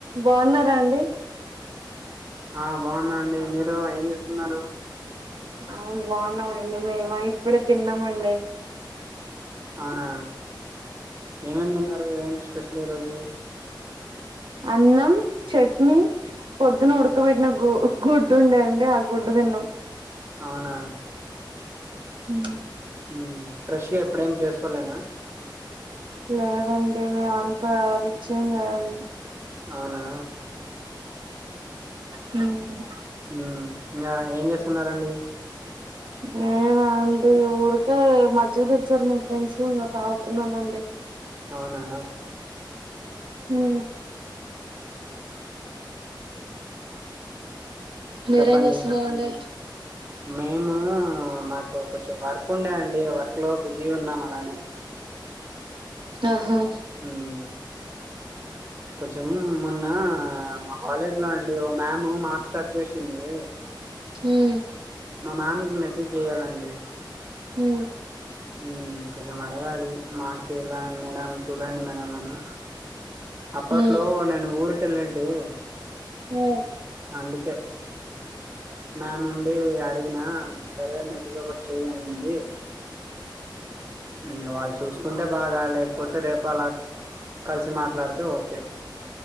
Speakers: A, on the right; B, on the right.
A: బాగున్నారా అండి
B: ఆ బాగున్నా అండి మీరు ఏం చేస్తున్నారు
A: అవును బాగున్నామండి మేము ఇప్పుడే తిన్నామండి
B: అవునా ఏమేమి తిన్నారు ఏంటి స్పెషల్ ఈ రోజు
A: అన్నం చట్నీ పొద్దున ఉడకబెట్టిన గు గుడ్డు ఉందండి ఆ గుడ్డు తిన్నం
B: అవునా
A: హమ్
B: ఉమ్ ఫ్రెష్ గా ఇప్పుడు ఏం చేసుకోలేనా
A: లేదండి మేము అంతా రిచ్యిమ్ కాదు
B: అవునా
A: హమ్
B: ఉమ్ ఇంకా ఏం చేస్తున్న రాండి
A: నేనా అండి ఊరికే మజ్జిగ తెచ్చారు మా ఫ్రెండ్స్ ఇంకా తాగుతున్నానండి
B: అవునా
A: అమ్ మీరేం
B: చెప్పండి
A: చేస్తున్నారండి
B: మేము మాకు కొంచెం వర్క్ ఉండే అండి వర్క్ లో బిజీ ఉన్నాం తానే
A: ఆహా
B: ఉమ్ కొంచెం మొన్న మా కాలేజ్ లో అండి ఓ మ్యామ్ మార్క్స్ తక్కువ వేసింది మీరే కదా
A: హమ్
B: మా మ్యామ్ కి మెసేజ్ చెయ్యాలండి
A: హమ్
B: ఉమ్ కొంచెం అడగాలి మార్క్స్ ఇలా మేడం చూడండి మేడం అని అప్పట్లో
A: హ్మ్
B: నేను ఊరికి ఎక్సలెంట్
A: హ్మ్
B: అందుకే మ్యామ్ ఉండి అడిగినా సరే మెసేజ్ ఒకటి చెయ్యండి ఇగ వాళ్ళు చూసుకుంటే బాగా లేకపోతే రేపు అలా కలిసి మాట్లాడితే ఓకే